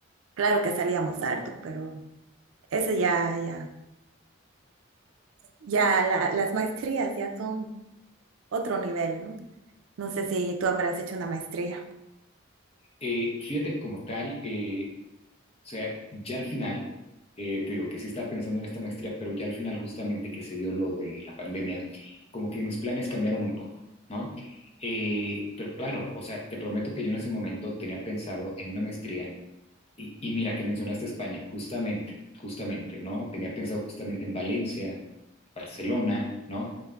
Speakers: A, on the right; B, on the left.
A: claro que salíamos harto, pero eso ya, ya, ya la- las maestrías ya son otro nivel, ¿no? No sé si tú habrás hecho una maestría.
B: Eh, fíjate como tal, eh, O sea, ya al final, eh, te digo que sí estaba pensando en esta maestría, pero ya al final justamente que se dio lo de la pandemia, como que mis planes cambiaron un poco, ¿no? Eh, pero claro, o sea, te prometo que yo en ese momento tenía pensado en una maestría y, y mira que mencionaste España, justamente, justamente, ¿no? Tenía pensado justamente en Valencia, Barcelona, ¿no?